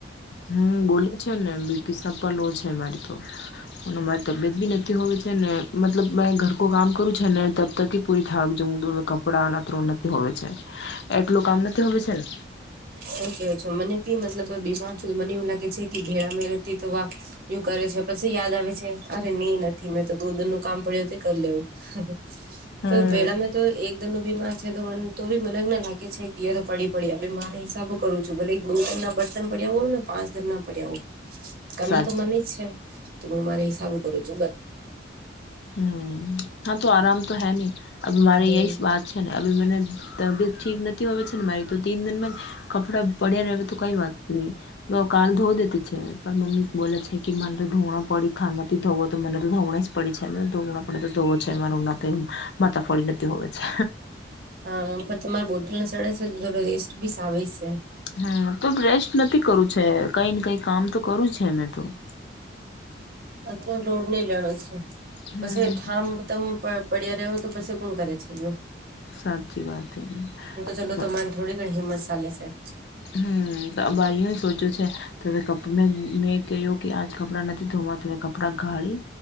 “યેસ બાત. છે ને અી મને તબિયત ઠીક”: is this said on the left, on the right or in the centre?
Left